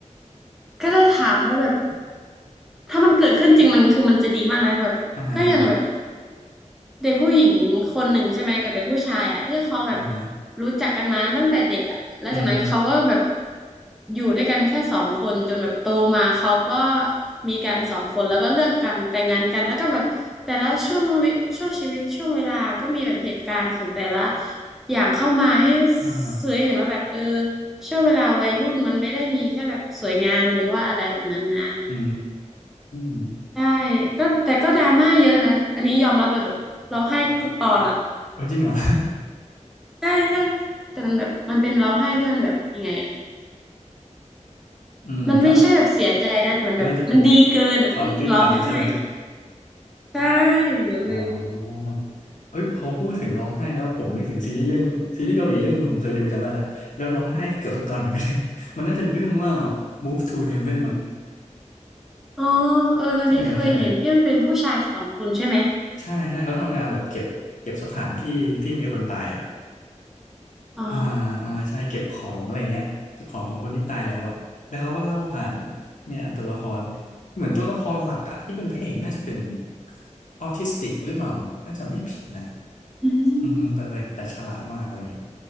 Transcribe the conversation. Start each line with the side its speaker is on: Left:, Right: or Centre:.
Centre: ก็จะถามว่าแบบถ้ามันเกิดขึ้นจริงมันคือมันจะดีมากนะแบบก็ยังแบบ
Left: อ่าฮะอ่าฮะ
Centre: เด็กผู้หญิงคนหนึ่งใช่ไหมกับเด็กผู้ชายอ่ะที่เขาแบบ
Left: อ่าฮะ
Centre: รู้จักกันมาตั้งแต่เด็กอ่ะแล้วจากนั้นเขาก็แบบ
Left: อืมฮึ
Centre: อยู่ด้วยกันแค่สองคนจนแบบโตมาเขาก็มีกันสองคนแล้วก็เลิกกันแต่งงานกันแล้วก็แบบแต่ละช่วงวิช่วงชีวิตช่วงเวลาก็มีแบบเหตุการณ์ของแต่ละอย่างเข้ามาให้
Left: อ่าฮะ
Centre: สื่อให้เห็นว่าแบบเออช่วงเวลาวัยรุ่นมันไม่ได้มีแค่แบบสวยงามหรือว่าอะไรแบบนั้นนะ
Left: อืม
Centre: ใช่ก็แต่ก็ดราม่าเยอะนะอันนี้ยอมรับเลยแบบร้องไห้ทุกตอนอะ
Left: เออจริงเหรอ
Centre: ใช่ใช่แต่มันแบบมันเป็นร้องไห้ที่มันแบบยังไงอ่ะ
Left: <laughs> อืมก็
Centre: มันไม่ใช่แบบเสียใจนะแต่มันแบบมันดีเกินอ่ะมันร้องไห้อ่ะ
Left: มันน่าจะเป็นความตื้นตันใช่ไหม
Centre: ใช่อย่างนั้นเลย
Left: อ๋อเอ้ยพอพูดถึงร้องไห้แล้วผมนึกถึงซีรีส์เรื่องซีรีส์เกาหลีเรื่องหนึ่งผมเคยดูจำได้ละแล้วร้องไห้เกือบทุกตอนเหมือนกัน <laughs> มันน่าจะเรื่องว่า Move to Heaven มั้ง
Centre: อ๋อเอออันนี้เคยเห็นที่มันเป็นผู้ชายสองคนใช่ไหม
Left: ใช่ไหมใช่ไหมใช่ใช่เขาทำงานแบบเก็บเก็บสถานที่ที่มีคนตายอ่ะ
Centre: อ๋อ
Left: อ่าอ่าใช่เก็บของอะไรเงี้ยเก็บของของคนที่ตายแล้วอ่ะแล้วเขาก็เล่าผ่านเนี่ยตัวละครเหมือนตัวละครหลักอ่ะที่เป็นพระเอกน่าจะเป็นออทิสติกหรือเปล่าน่าจะไม่ผิดนะ
Centre: อืม
Left: อือฮึแต่แต่แต่ฉลาดมากอะไรเงี้ย